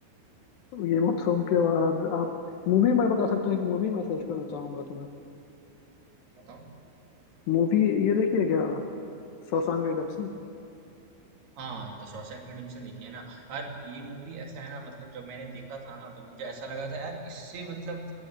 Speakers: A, on the left; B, on the right.
A: तो गेम ऑफ थ्रोन के बाद आप मूवी मैं बता सकता हूँ एक मूवी मैं सजेस्ट करना चाहूंगा तुम्हें
B: बताओ
A: मूवी ये देखिए क्या शॉशैंक रिडेम्पशन
B: हाँ द शॉशैंक रिडेम्पशन देखी है ना यार ये मूवी ऐसा है ना मतलब जब मैंने देखा था ना तो मुझे ऐसा लगा था यार इससे मतलब